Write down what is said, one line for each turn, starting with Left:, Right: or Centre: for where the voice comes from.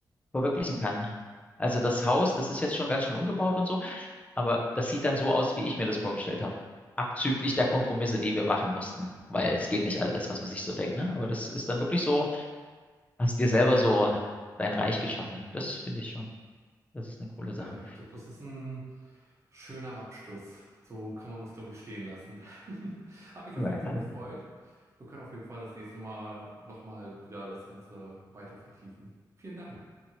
Left: verwirklichen kann. Also das Haus, das ist jetzt schon ganz schön umgebaut und so, aber das sieht dann so aus, wie ich mir das vorgestellt habe. Abzüglich der Kompromisse, die wir machen mussten, weil es geht nicht alles, was man sich so denkt, ne? Aber das ist dann wirklich so, hast dir selber so dein Reich geschaffen. Das finde ich schon. Das ist eine coole Sache.
Right: Ja, ich glaube, das ist ein schöner Abschluss. So kann man das, glaube ich, stehen lassen. <laughs> Hat mich
Left: Ja,
Right: auf jeden Fall
Left: dann.
Right: gefreut. Wir können auf jeden Fall das nächste Mal nochmal wieder das Ganze weiter vertiefen. Vielen Dank.